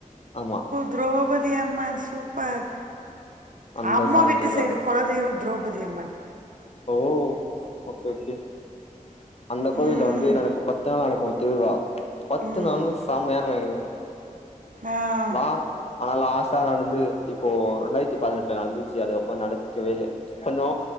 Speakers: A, on the left (about 50°); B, on the right (about 70°).
A: ஆமா
B: திரௌபதி அம்மன் சூப்பர்
A: அந்த
B: அம்மா
A: சாமி
B: வீட்டு
A: திருவிழா
B: சைடு கொலதெய்வ திரௌபதி அம்மன்
A: ஓ ஓகே ஓகே அந்த கோவில்ல
B: ம்
A: வந்து நடக்கு பத்து நாள் நடக்கும் திருவிழா பத்து
B: ம்
A: நாளுமே சமையா இருக்கு எங்க ஊர்ல
B: ஆம்
A: லாங் ஆனா லாஸ்ட்டா நடந்து இப்போ ரெண்டாயிரத்தி பதினெட்டுல நடந்துச்சு அதுக் அப்ற நடக்கவே இல்ல கொஞ்சோ